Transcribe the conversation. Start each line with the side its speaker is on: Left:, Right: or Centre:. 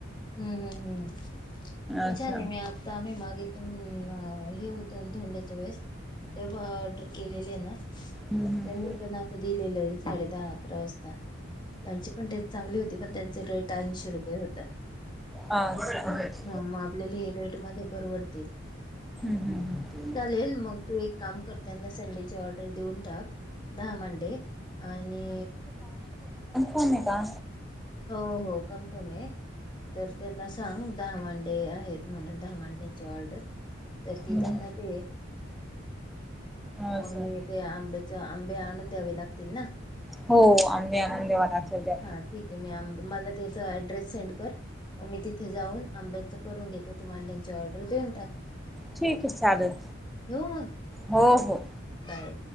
Left: हम्म हम्म हम्म ये
Centre: असं
Left: छानये मी आता आम्ही मागे पण हे होत धोंड्याच्या वेळेस तेव्हा ऑर्डर केलेलं ना त्यांनी
Centre: हम्म
Left: पण आता दे लेलई साडे दहा अकरा वाजता. त्यांची पण तेच चांगली होती पण त्यांचे रेट ऐंशी रुपये होत.
Centre: असं. हम्म
Left: हा मग आपल्याला हे रेट मध्ये परवडतील.
Centre: हम्म हम्म.
Left: चालेल मग तू एक काम करताना संडेची ऑर्डर देऊन टाक. दहा मंडे आणि
Centre: हो म का?
Left: हो हो कन्फर्म आहे तर त्यांना सांग दहा माणस डे आहेत म्हणून दहा मांड्याची ऑर्डर. तर ती
Centre: हम्म.
Left: त्यांना दे
Centre: असं
Left: मग मी ते आंब्याचे तर अंबे आ आणून द्यावी लागतील. ना
Centre: हो आम्ही आनंदेवालाख दला.
Left: हा ठीक आहे मी आंबे माला त्याच ऍड्रेस सेंड कर मग मी तिथं जाऊन आंबेच करून घेते तमला त्यांची ऑर्डर देऊन टाक.
Centre: ठीक आहे चालेल.
Left: ठेवू मग
Centre: हो हो.
Left: बाय